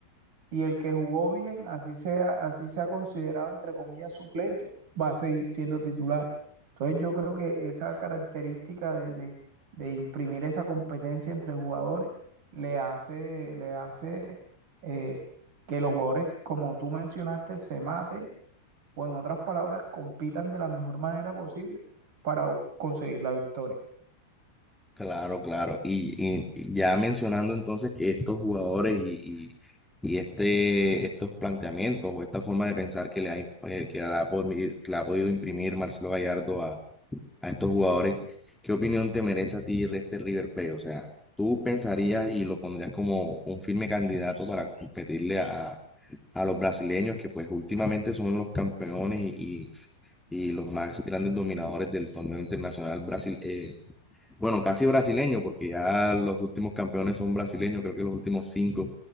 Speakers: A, on the right (about 50°); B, in the centre.
A: Y el que jugó bien, así sea, así sea considerado entre comillas suplente, va a seguir siendo titular. Entonces yo creo que esa característica de, de, de imprimir esa competencia entre jugadores le hace, le hace eh, que los jugadores, como tú mencionaste, se maten o en otras palabras, compitan de la mejor manera posible para conseguir la victoria.
B: Claro, claro. Y, y- y ya mencionando entonces que estos jugadores y, y- y este, estos planteamientos o esta forma de pensar que le ha, eh, que le ha, podi- que le ha podido imprimir Marcelo Gallardo a, a estos jugadores, ¿qué opinión te merece a ti de este River Plate? O sea, ¿tú pensarías y lo pondrías como un firme candidato para competirle a, a los brasileños que pues últimamente son los campeones y, y- y los más grandes dominadores del torneo internacional Brasil, eh, bueno, casi brasileño, porque ya los últimos campeones son brasileños, creo que los últimos cinco